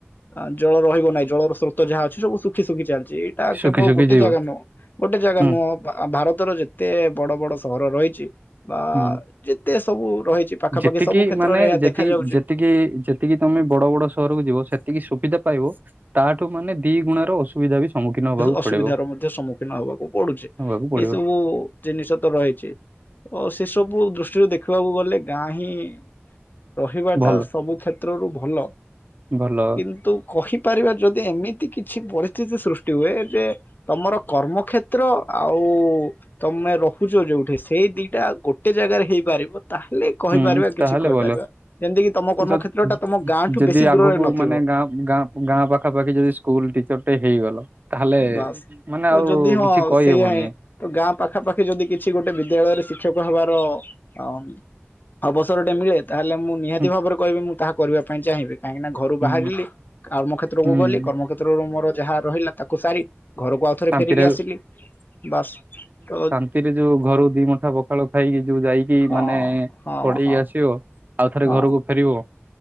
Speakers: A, on the left; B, on the right.
A: ଅ ଜଳ ରହିବ ନାହିଁ ଜଳର ସ୍ରୋତ ଯାହା ଅଛି ସବୁ ଶୁଖି ଶୁଖି ଚାଲିଛି ଏଇଠ ତା
B: ଶୁଖି
A: କେବଳ
B: ଶୁଖି
A: ଗୋଟେ
B: ଯିବ
A: ଜାଗା ନୁହଁ ଗୋଟେ ଜାଗା
B: ହୁଁ
A: ନୁହଁ ଭାରତର ଯେ ଏତେ ବଡ ବଡ ସହର ରହିଛି ବା
B: ହୁଁ।
A: ଯେତେ ସବୁ ରହିଛି ପାଖାପାଖି
B: ଯେତିକି
A: ସବୁ କ୍ଷେତ୍ରରେ
B: ମାନେ
A: ଏହା
B: ଯେତିକି
A: ଦେଖାଯାଉଛି
B: ଯେତିକି ଯେତିକି ତମେ ବଡ ବଡ ସହରକୁ ଯିବ ସେତିକି ସୁବିଧା ପାଇବ ତାଠୁ ମାନେ ଦି ଗୁଣାର ଅସୁବିଧା ବି ସମ୍ମୁଖୀନ ହବାକୁ
A: ଅସୁବିଧ
B: ପଡିବ
A: ର ମଧ୍ୟ ସମ୍ମୁଖୀନ ହବାକୁ ପଡୁଛି ଏଇ
B: ହବାକୁ ପଡିବ
A: ସବୁ ଜିନିଷ ତ ରହିଛି ତ ସେ ସବୁ ଦୃଷ୍ଟିରୁ ଦେଖିବାକୁ ଗଲେ ଗାଁ ହିଁ ରହିବା
B: ଭଲ
A: ଟା ସବୁ କ୍ଷେତ୍ରରୁ ଭଲ
B: ଭଲ
A: କିନ୍ତୁ କହିପାରିବା ଯଦି ଏମିତି କିଛି ପରିସ୍ଥିତି ସୃଷ୍ଟି ହୁଏ ଯେ ତମର କର୍ମକ୍ଷେତ୍ର ଆଉ ତମେ ରହୁଛ ଯୋଉଠି ସେଇ ଦିଟା ଗୋଟେ ଜାଗାରେ ହେଇପାରିବ ତାହେଲେ କହିପାରିବା
B: ହୁଁ
A: କିଛି
B: ତାହେଲେ
A: କହିପାରିବା
B: ଭଲ
A: ଯେମତି କି ତମ କର୍ମକ୍ଷେତ୍ର
B: ଯଦି
A: ଟା ତମ ଗାଁ ଠୁ
B: ଯଦି
A: ବେଶୀ
B: ଆଗକୁ
A: ଦୂରରେ ନଥିବ।
B: ମାନେ ଗାଁ ଗାଁ ପାଖାପାଖି ଯଦି ସ୍କୁଲ ଟିଚର ଗୋଟେ ହେଇଗଲ ତାହେଲେ
A: ବାସ୍
B: ମାନେ
A: ତ
B: ଆଉ
A: ଯଦି ହଁ
B: କିଛି କହିହବନି।
A: ସେଇଆ ଗାଁ ପାଖା ପାାଖି ଯଦି କିଛି ଗୋଟେ ବିଦ୍ୟାଳୟରେ ଶିକ୍ଷକ ହେବାର ଅ ଅବସର ଟେ ମିଳେ ତାହେଲେ ମୁଁ ନିହାତି
B: ହୁଁ
A: ଭାବରେ କହିବି ମୁଁ ତାହା କରିବା ପାଇଁ ଚାହିଁବି କାହିଁକି ନା ଘରୁ
B: ହୁଁ
A: ବାହାରିଲି କର୍ମ କ୍ଷେତ୍ରକୁ
B: ହୁଁ
A: ଗଲି କର୍ମକ୍ଷେତ୍ରରୁ ମୋର ଯାହା ରହିଲା ତାକୁ ସାରି ଘରକୁ ଆଉ ଥରେ
B: ଶାନ୍ତିରେ
A: ଫେରିକି ଆସିଲି ବାସ୍ ତ
B: ସେଥିରେ ଯୋଉ ଘରୁ ଦି ମୁଠା ପଖାଳ ଖାଇକି ଯୋଉ ଯାଇକି
A: ହଁ
B: ମାନେ
A: ହଁ
B: ପଢ଼େଇ
A: ହଁ
B: ଆସିବ ଆଉ ଥରେ
A: ହଁ
B: ଘରକୁ ଫେରିବ